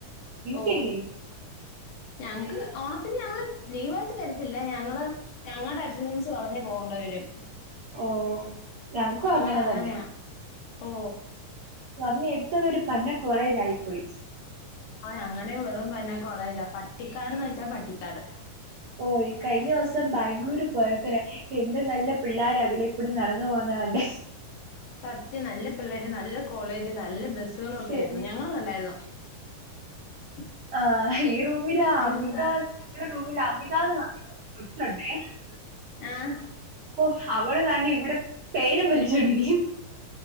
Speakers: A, on the right (about 70°); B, on the left (about 75°).
A: നിത്തില്ലേ?
B: ഓ ഞങ്ങക്ക് ഓണത്തിന് ഞങ്ങള്- ലീവയിട്ട് തരത്തില്ല ഞങ്ങള് ഞങ്ങളുടെ അറ്റൻഡൻസ് കളഞ്ഞു പോകേണ്ട വരും.
A: ഓ ഞങ്ങക്കും അങ്ങനെ
B: ഇവിടെ അങ്ങനെയാ
A: തന്നെയാ.
B: ഓ
A: വന്നി എടുത്ത തൊരു പന്ന കോളേജ ആയിപ്പോയി.
B: ആ ഞങ്ങടെേ വെറും പന്നെ കോളേജാ പട്ടിക്കാട്ന്ന് വെച്ചാ പട്ടിക്കാട്.
A: ഓയ് കഴിഞ്ഞ ദിവസം ബാംഗ്ലൂര് പോയപ്പോ എന്ത് നല്ല പിള്ളോര അതിലേക്കൂടി നടന്നു പോ കുന്ന കണ്ടേ.
B: സത്യം നല്ല പിള്ളേര് നല്ല കോളേജ് നല്ല ബസ്സുകളൊക്കെ
A: ശരി
B: ആയിരുന്നു ഞങ്ങള് കണ്ടായിരുന്നു. <unintelligible>
A: ആ ഈ റൂമില
B: ഉം
A: അമിത റൂമില അമിതന്ന്. <unintelligible>
B: ആഹ്
A: അപ്പൊ അവടെ കണ്ട് ഇവിടെ- പേനും വലിച്ചോണ്ടിരിക്കുന്നു